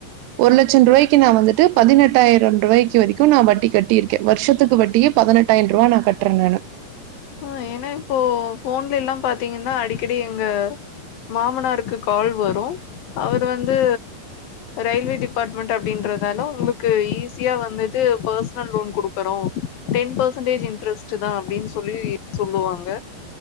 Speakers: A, on the right; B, on the left.
A: ஒரு லட்சன்ருவாய்க்கு நா வந்துட்டு பதினெட்டாயிரன்ருவாய்க் கு வரைக்கு நா வட்டி கட்டீர்க்கே வர்ஷத்துக்கு வட்டியே பதனெட்டாய்ன்ருவா நா கட்றே நானு
B: ஆ ஏனா இப்போ ஃபோன்லெல்லா பாத்தீங்கன்னா அடிக்கடி எங்க மாமனாருக்கு கால் வரு அவர் வந்து ரயில்வே டிபார்ட்மெண்ட் அப்டின்றதால உங்ளுக்கு ஈஸியா வந்துட்டு பர்சனல் லோன் குடுக்கறோ டென் பர்சன்டேஜ் இன்ட்ரெஸ்ட்டு தா அப்டின் சொல்லி சொல்லுவாங்க